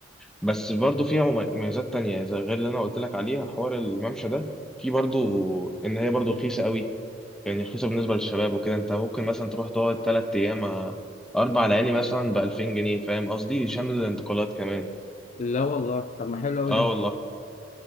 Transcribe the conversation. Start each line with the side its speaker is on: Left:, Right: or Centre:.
Centre: بس برضو فيها مم- مميزات تانية زي غير اللي أنا قلت لك عليها حوار الممشى ده في برضو إن هي برضو رخيصة قوي يعني رخيصة بالنسبة للشباب وكده أنت ممكن مثلا تروح تقعد تلات أيام آه، أربع ليالي مثلا بألفين جنيه فاهم قصدي شامل الانتقالات كمان
Left: لا والله طب ما حلو قوي
Centre: أه
Left: ده
Centre: والله